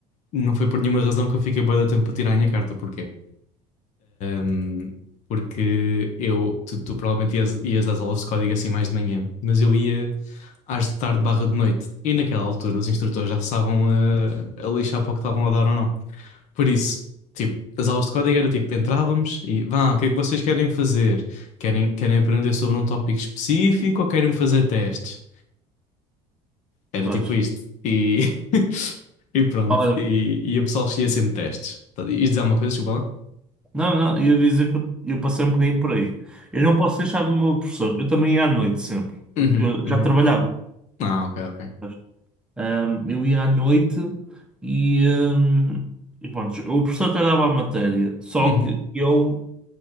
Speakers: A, on the left; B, in the centre.
A: não foi por nenhuma razão que eu fiquei bué de tempo para tirar a minha carta, porquê? Hum, porque eu, tu, tu provavelmente ias, ias às aulas de código assim mais de manhã, mas eu ia às de tarde barra de noite, e naquela altura os instrutores já estavam a, a lixar para o que estavam a dar ou não. Por isso, tipo, as aulas de código era tipo, entrávamos e vá, o que é que vocês querem fazer? Querem, querem aprender sobre um tópico específico ou querem fazer testes? Era
B: Pois.
A: tipo isto. E, <laughs> e pronto.
B: Olha,
A: E, e o pessoal escolhia sempre testes. Tá- Ias dizer alguma coisa, desculpa lá?
B: não, não, ia dizer que eu, eu passei um bocadinho por aí. Eu não posso deixar do meu professor. Eu também ia à noite sempre,
A: Uhum,
B: porque eu
A: uhum.
B: já trabalhava.
A: Ah, ok, ok.
B: Pois. Ahm, eu ia à noite e, ahm, e pronto, o professor até dava a matéria, só
A: Uhum.
B: que eu